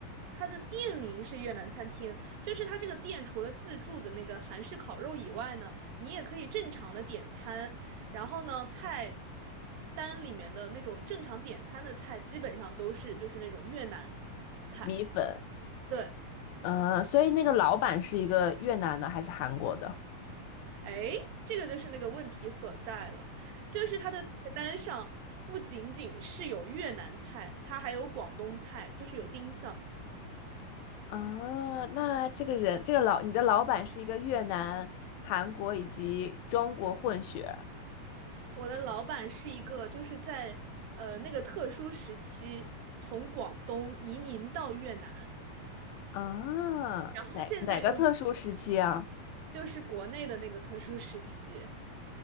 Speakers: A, on the right (about 80°); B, on the left (about 80°).
A: 它的店名是越南餐厅，就是它这个店除了自助的那个韩式烤肉以外呢，你也可以正常的点餐，然后呢，菜单里面的那种正常点餐的菜，基本上都是就是那种越南菜。
B: 米粉，
A: 对，
B: 嗯，所以那个老板是一个越南的还是韩国的？
A: 哎，这个就是那个问题所在了，就是它的菜单上不仅仅是有越南菜，它还有广东菜，就是有 dim sum。
B: 啊，那这个人，这个老，你的老板是一个越南、韩国以及中国混血
A: 我的老板是一个，就是在呃那个特殊时期从广东移民到越南，
B: 啊？哦哪哪个特殊时期啊？
A: 然后现在又移就是国内的那个特殊时期，